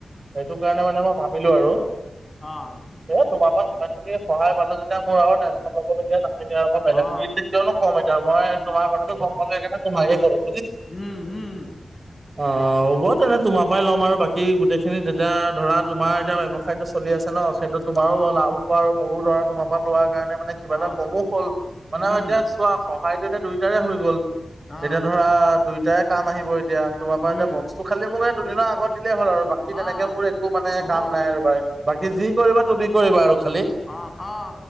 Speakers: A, on the right; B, on the left.
A: সেইটো কাৰণে মানে মই ভাবিলোঁ আৰু,
B: অ',
A: এই তোমাৰ পৰা ইমানখিনি সহায় পালো যেতিয়া মোৰ আৰু টেনশন লবলগীয়া নাথাকে আৰু মই বেলেগৰ
B: অ'।
A: ৰিক্স-চিক্স কিয় লম? কি কম এতিয়া মই তোমাৰ কথাটো গম পালো এইকাৰণে তোমাকে কলোঁ।
B: উম-উম
A: অ, হ'ব তেনে তোমাৰ পৰাই ল'ম আৰু বাকী সি গোটেই খিনি তেতিয়া ধৰা তোমাৰ এতিয়া ব্যৱসায়টো চলি আছে ন সেইটো তোমাৰো
B: অ',
A: বৰ লাভ হোৱা আৰু সৰু দৰা তোমাৰ পৰা লোৱাৰ কাৰণে মানে কিবা এটা
B: অ',
A: কমো হ'ল। মানে
B: উম,
A: এতিয়া চোৱা সহায় এতিয়া দুইটাৰে হৈ গল।
B: অহ।
A: এতিয়া ধৰা দুইটাই কাম আহিব এতিয়া তোমাৰ পৰা
B: উম,
A: এতিয়া বক্সটো খালি মোকে দুদিনৰ আগত হ'ল আৰু বাকী তেনেকে
B: অ',
A: মোৰ একো মানে
B: হ'ব।
A: কাম নাই আৰু বাই বাকী যি কৰিবা তুমি কৰিবা আৰু খালি।
B: অঁ, অঁ